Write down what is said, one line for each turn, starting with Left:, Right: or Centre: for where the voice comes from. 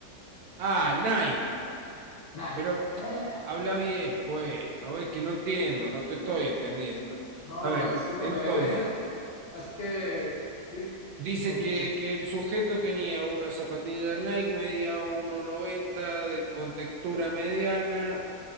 Right: Ah, Nike.
Left: Nike.
Right: Pero
Left: Eh,
Right: habla bien, pues, ¿no? ves que no entiendo, no te estoy entendiendo.
Left: no,
Right: A ver,
Left: discúlpame,
Right: entonces,
Left: <laughs> es, es que sí,
Right: dice
Left: como
Right: que,
Left: que es-
Right: que el sujeto tenía una zapatilla Nike, medía 1,90, de- con textura mediana.